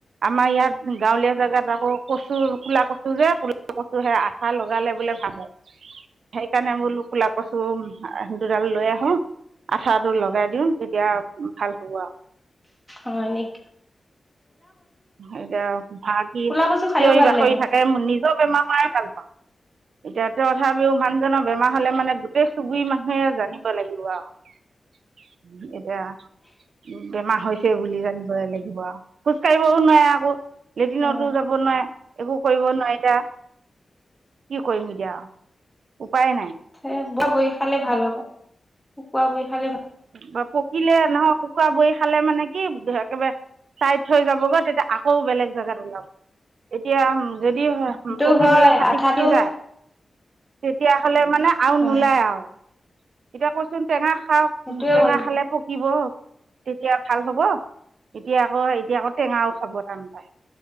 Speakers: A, on the right (about 85°); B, in the centre.
A: আমাৰ ইয়াত গাঁৱলীয়া জাগাত আকৌ কচু কুলা কচু যে কা কচু সে আঠা লগালে বোলে ভাল হয় সেইকাৰণে বোলো কলা কচু দুডাল লৈ আহো আঠাটো লগাই দিওঁ তেতিয়া ভাল হব আও
B: অ এনেক
A: এতিয়া ভ চিঞৰি
B: ক'লা কচু খাইও ভাল
A: বাখৰি
B: লাগে
A: থাকে নিজৰ বেমাৰ প ভাল পাওঁ এতিয়াতে তথাপিও মানুহজনৰ বেমাৰ হলে মানে গোটেই চুবুৰি মানুহে জানিব লাগিব আও এতিয়া বেমাৰ হৈছে বুলি জানিবই লাগিব আৰু খোজ কাঢ়ি ক ন আকৌ <unintelligible> লেট্ৰিনতো
B: অ
A: যাব নোৱাৰে একো কৰিব নোৱাৰি এতিয়া কি কৰিম এতিয়া উপায় নাই
B: হে ব বৰি খালে ভাল হ'ব শুকোৱা বই খালে ভাল হব
A: বা পকিলে নহক শুকুৰা বৈ খালে মানে কি একেবাৰে চাই থৈ যাব গৈ তেতিয়া আকৌ বেলেগ জাগাত ওলাব এতিয়া যদি
B: সেইটো
A: পকি
B: হয়
A: পেলাই খাটি
B: আঠাটো
A: ফুটি যায় তেতিয়াহলে মানে আৰু
B: হয়
A: নোলায় আৰু এতিয়া কচোন টেঙা খা
B: সেইটোয়ে
A: উ তেঙা
B: কৰিব
A: খালে পকিব তেতিয়া ভাল হ'ব এতিয়া আকৌ এতিয়া আকৌ টেঙাও খাব টান পায়